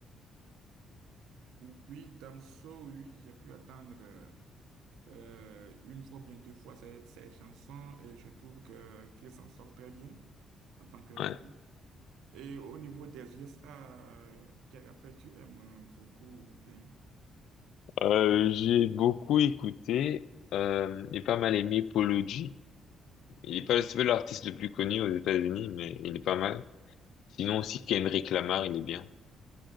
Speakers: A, on the right; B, on the left.
A: Oui, Damso, oui, j'ai pu attendre euh, euh, une fois, bien deux fois ses, ses chansons et je trouve que qu'il s'en sort très bien en tant que rappeur.
B: Ouais.
A: Et au niveau des USA, euh, quel rappeur tu aimes euh, beaucoup ou bien?
B: Euh, j'ai beaucoup écouté euh, et pas mal aimé Polo G. Il est pas, c'est pas l'artiste le plus connu aux États-Unis, mais il est pas mal. Sinon aussi Kendrick Lamar, il est bien.